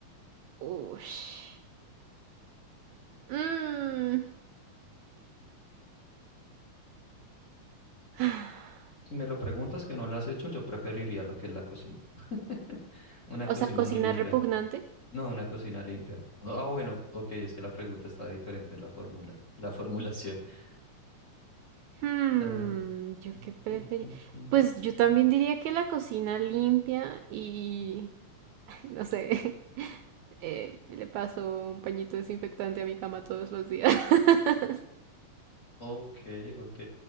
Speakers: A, on the right (about 80°); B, on the left (about 25°).
A: Ush. Mm. <sighs>
B: Si me lo preguntas que no lo has hecho, yo preferiría lo que es la cocina. <laughs> Una cocina
A: O sea, cocina
B: muy limpia.
A: repugnante.
B: No, una cocina limpia. Ah, bueno, ok, es que la pregunta está diferente, la fórmula, la formulación. <laughs>
A: Hmm,
B: Eh,
A: yo
B: mm,
A: qué preferí.
B: mm, mm, mm.
A: Pues yo también diría que la cocina limpia y <laughs> no sé, <laughs> eh, le paso un pañito desinfectante a mi cama todos los días. <laughs>
B: Ok, ok.